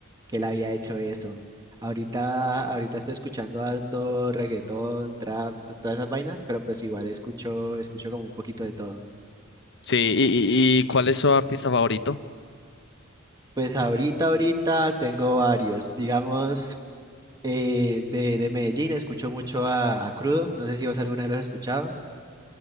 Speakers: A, on the right (about 20°); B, on the left (about 60°).
A: que él había hecho eso. Ahorita, ahorita estoy escuchando harto reggaetón, trap, t- todas esas vainas, pero pues igual escucho, escucho como un poquito de todo.
B: Sí, y, y, y ¿cuál es tu artista favorito?
A: Pues ahorita, ahorita tengo varios, digamos. eh, de, de Medellín escucho mucho a, a Crudo, no sé si vos alguna vez lo has escuchado,